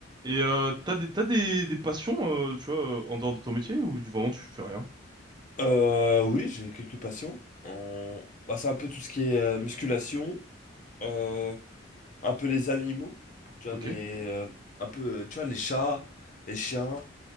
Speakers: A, on the right; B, on the left.
A: Et euh, t'as des, t'as des, des passions, euh, tu vois, euh, en dehors de ton métier ou tu- vraiment tu fais rien?
B: Euh, oui, j'ai quelques patients. On- bah, c'est un peu tout ce qui est euh, musculation, euh, un peu les animaux, tu vois,
A: Ok.
B: mais euh, un peu, euh, tu vois, les chats, les chiens,